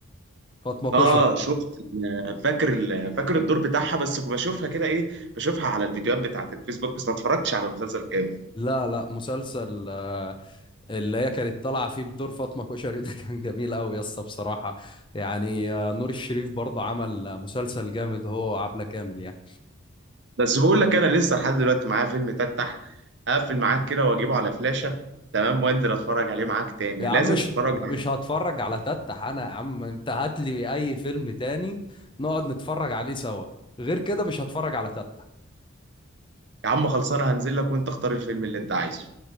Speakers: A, on the left; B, on the right.
A: فاطمة كشري
B: اه شفت ال- فاكر ال- فاكر الدور بتاعها بس بشوفها كده ايه بشوفها على الفيديوهات بتاعت الفيسبوك بس ما اتفرجتش على المسلسل كامل
A: لا لا مسلسل آه، اللي هي كانت طالعه فيه بدور فاطمه كشري ده <laughs> كان جميل قوي يا اسطى بصراحه يعني آه، نور الشريف برضه عمل آه، مسلسل جامد هو وعبله كامل يعني
B: بس بقول لك انا لسه لحد دلوقتي معايا فيلم تفتح اقفل معاك كده واجيبه على فلاشة تمام وانزل اتفرج عليه معاك تاني
A: يا عم
B: لازم
A: مش
B: تتفرج
A: مش
B: معايا
A: هتفرج على تتح انا يا عم انت هات لي اي فيلم تاني نقعد نتفرج عليه سوا غير كده مش هتفرج على تتح
B: يا عم خلصانه هنزل لك وانت اختار الفيلم اللي انت عايزه